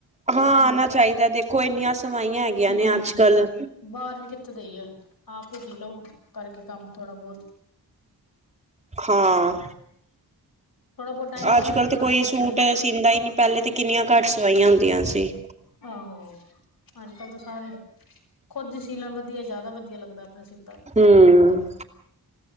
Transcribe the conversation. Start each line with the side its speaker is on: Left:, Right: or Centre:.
Right: ਹਾਂ
Left: ਆਪਣੀ
Right: ਆਉਣਾ ਚਾਹੀਦਾ ਦੇਖੋ ਇੰਨੀਆਂ ਸਵਾਈਆਂ ਹੈਗੀਆਂ
Left: ਹੂੰ
Right: ਨੇ ਅੱਜ ਕੱਲ
Left: ਬਾਹਰ ਵੀ ਕਿੱਥੇ ਦੇਈ ਏ, ਆਪ ਹੀ ਸੀ ਲਓ ਕਰਕੇ ਕੰਮ ਥੋੜਾ ਬਹੁਤ।
Right: ਹਾਂ
Left: ਥੋੜਾ ਬਹੁਤ ਟਾਈਮ ਆਪਣਾ
Right: ਅੱਜ ਕਲ
Left: ਕੱਢਣਾ
Right: ਤਾਂ ਕੋਈ
Left: ਚਾਹੀਦਾ
Right: ਸੂਟ
Left: ਨਾ
Right: ਸੀਦਾ ਹੀ ਨਹੀਂ, ਪਹਿਲੇ ਤੇ ਕਿੰਨੀਆਂ ਘੱਟ ਸਵਾਈਆਂ ਹੁੰਦੀਆਂ ਸੀ।
Left: ਆਹੋ ਅੱਜ ਕੱਲ੍ਹ ਤਾਂ ਸਾਰੇ ਖੁੱਦ ਸੀ ਲੈਣ ਵਧੀਆ ਜ਼ਿਆਦਾ ਵਧੀਆ ਲੱਗਦਾ ਆਪਣੇ ਸੀ
Right: ਹੂੰ।